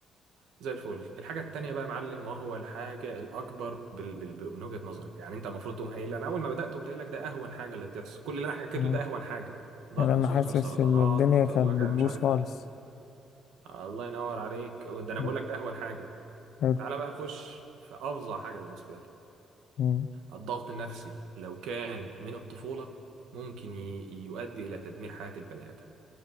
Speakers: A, on the right; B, on the left.
A: زي الفل الحاجة التانية بقى يا معلم وهو الحاجة الأكبر بال... بال... بال- من وجهة نظري يعني أنت المفروض تقوم قايل أنا أول ما بدأت قمت قايل لك ده أهون حاجة اللي بتحصل كل اللي أنا حكيته
B: مم.
A: ده أهون حاجة ضغط
B: يعني أنا
A: سكر
B: حاسس
A: سرطانات
B: إن الدنيا كانت
A: وجع
B: بتبوظ
A: مش عارف
B: خالص
A: إيه الله ينور عليك ده أنا
B: مم.
A: بقول لك ده أهون حاجة
B: حلو
A: تعالى بقى نخش في أفظع حاجة بالنسبة لي
B: مم.
A: الضغط النفسي لو كان من الطفولة ممكن ي... يؤدي إلى تدمير حياة البني آدم